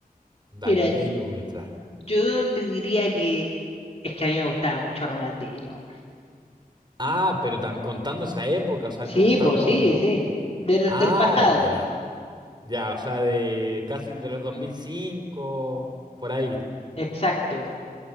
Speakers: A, on the right; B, on the left.
A: Dale,
B: mira,
A: di tú mientras.
B: yo te diría que es que a mí me gustaba mucho Ronaldinho.
A: Ah, pero tam- contando esa época, o sea,
B: Sí,
A: contando...
B: pues sí, sí. Del,
A: Ah,
B: del pasado.
A: ya. Ya, o sea, de casi de los 2005, por ahí.
B: Exacto.